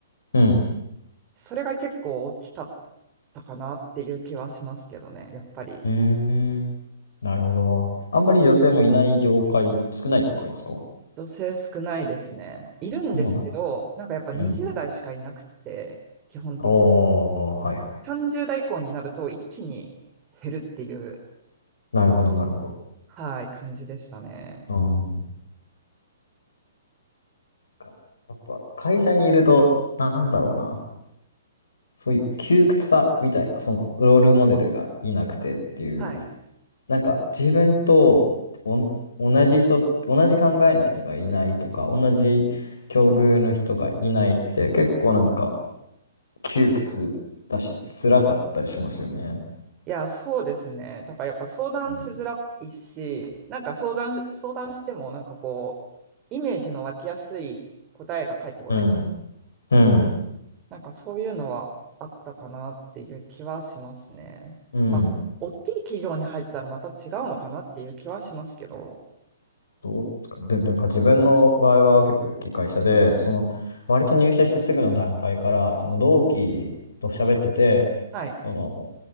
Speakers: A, on the left; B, on the right.
A: うん
B: それが結構大きかったかなっていう気はしますけどね、やっぱり。
A: うーん。なるほど。あんまり女性もいない業界、少ない業界ですか
B: 女性少ないですね。いるんですけど、
A: あそうなんですね。
B: なんかやっぱ20代しかいなくて、
A: うん。
B: 基本的に。
A: おー、はいはい。
B: 30代以降になると一気に減るっていう、
A: なるほど、なるほど。
B: はい、感じでしたね。
A: うん。かやっぱ、会社にいると、なんだろうな。そういう窮屈さみたいな、その、ロールモデルがいなくてっていう、
B: はい。
A: なんか、自分とお、同じ人、同じ考えの人がいないとか、同じ境遇の人がいないって、結構なんか、窮屈だし、辛かったりしますよね。
B: いや、そうですね。だからやっぱ相談しづらいし、
A: うん、
B: なんか相談、相談してもなんかこう、イメージの湧きやすい答えが返ってこない
A: うん、うん。
B: なんかそういうのはあったかなっていう気はしますね。
A: うん
B: まあ、大きい企業に入ったらまた違うのかなっていう気はしますけど。
A: どうですかね。で、なんか自分の場合は結構大きい会社で、その、割と入社してすぐの段階から、その同期と喋ってて、
B: はい。
A: その、